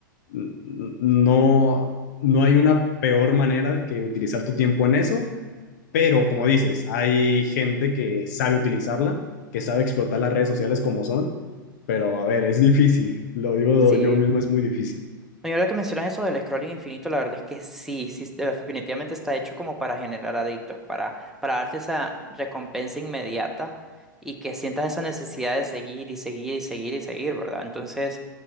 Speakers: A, on the left; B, in the centre.
A: no, no hay una peor manera que utilizar tu tiempo en eso, pero como dices, hay gente que sabe utilizarla, que sabe explotar las redes sociales como son, pero a ver, es difícil, lo digo
B: Sí.
A: yo mismo, es muy difícil.
B: No, y ahora que mencionas eso del scrolling infinito, la verdad es que sí, sí, de- definitivamente está hecho como para generar adictos, para, para darte esa recompensa inmediata y que sientas esa necesidad de seguir y seguir y seguir y seguir, ¿verdad? Entonces,